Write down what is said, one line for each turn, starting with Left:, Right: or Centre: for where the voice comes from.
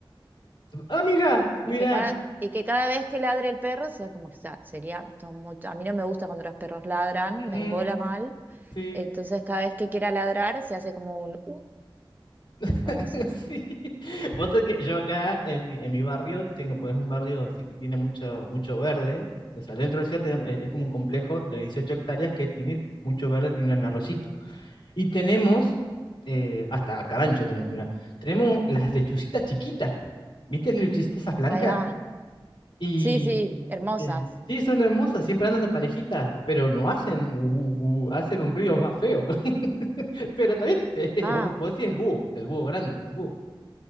Left: Ah, mira, mira.
Right: Y que cada, y que cada vez que ladre el perro sea como, o sea, sería todo mucho- A mí no me gusta cuando los perros ladran,
Left: Ujú,
Right: me embola mal.
Left: Sí.
Right: Entonces cada vez que quiera ladrar se hace como un uh,
Left: <laughs>
Right: algo así.
Left: Sí. Vos sabés que yo acá en mi, en mi barrio tengo, pues es un barrio así que tiene mucho, mucho verde. O sea, dentro de la ciudad tenemos- es es como un complejo de 18 hectáreas que tiene mucho verde, tiene un arroyito. Y tenemos, eh, hasta carancho tenemos, mirá. Tenemos las lechucitas chiquitas. ¿Viste las lechucitas esas blancas?
Right: Ahí va.
Left: Y
Right: Sí, sí, hermosas.
Left: Sí, Sí, son hermosas, siempre andan de parejita, pero no hacen, uh, uh, uh, hacen un ruido más feo. <laughs> Pero está bien, <laughs>
Right: Ah,
Left: vos, vos decís el búho, el búho grande, el búho.